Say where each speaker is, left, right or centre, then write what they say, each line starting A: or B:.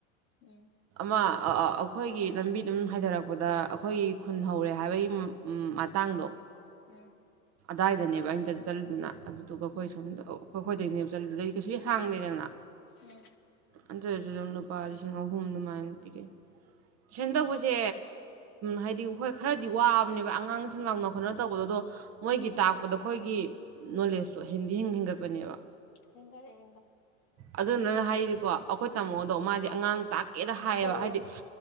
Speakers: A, on the left (about 90°); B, on the right (about 35°).
A: ꯎꯝ
B: ꯑꯃ ꯑꯩꯈꯣꯏꯒꯤ ꯂꯝꯕꯤꯗꯨꯝ ꯍꯥꯏꯊꯔꯛꯄꯗ ꯑꯩꯈꯣꯏꯒꯤ ꯈꯨꯟ ꯍꯧꯔꯦ ꯍꯥꯏꯕꯒꯤ ꯃꯇꯥꯡꯗꯣ
A: ꯎꯝ
B: ꯀꯗꯥꯏꯗꯅꯦꯕ ꯑꯩꯅ ꯆꯠ ꯆꯠꯂꯤꯗꯨꯅ ꯑꯗꯨꯗꯨꯒ ꯑꯩꯈꯣꯏ
A: ꯎꯝ
B: ꯁꯣꯝꯗ ꯑꯣ ꯑꯩꯈꯣꯏ ꯑꯩꯈꯣꯏꯗꯅꯦꯕ ꯆꯠꯂꯨꯗꯗꯤ ꯀꯩꯁꯨ ꯁꯥꯡꯗꯦꯗꯅ
A: ꯎꯝ
B: ꯑꯟꯇꯔꯁꯨ ꯑꯗꯨꯝ ꯂꯨꯄꯥ ꯂꯤꯁꯤꯡ ꯑꯍꯨꯝ ꯑꯗꯨꯃꯥꯏꯅ ꯄꯤꯔꯛꯑꯦ ꯇꯨꯏꯁꯟ ꯇꯧꯕꯁꯦ ꯍꯥꯏꯗꯤ ꯍꯣꯏ ꯈꯔꯗꯤ ꯋꯥꯕꯅꯦꯕ ꯑꯉꯥꯡ ꯁꯤꯡ ꯂꯥꯡꯅ ꯈꯣꯠꯅ ꯇꯧꯕꯗ ꯑꯗꯣ ꯃꯣꯏꯒꯤ ꯇꯥꯛꯄꯗ ꯑꯩꯈꯣꯏꯒꯤ ꯅꯣꯂꯦꯖꯇꯣ ꯍꯦꯟꯗꯤ ꯍꯦꯟ ꯍꯦꯟꯒꯠꯄꯅꯦꯕ
A: ꯍꯦꯟꯒꯠꯂꯦ ꯍꯦꯟꯖꯠꯂꯦ
B: ꯑꯗꯨꯅꯅ ꯍꯥꯏ ꯍꯥꯏꯗꯤꯀꯣ ꯑꯩꯈꯣꯏ ꯇꯥꯝꯃꯣꯗꯣ ꯃꯥꯗꯤ ꯑꯉꯥꯡ ꯇꯥꯛꯀꯦꯗ ꯍꯥꯏꯌꯦꯕ
A: ꯇꯧꯔꯣ
B: ꯍꯥꯏꯗꯤ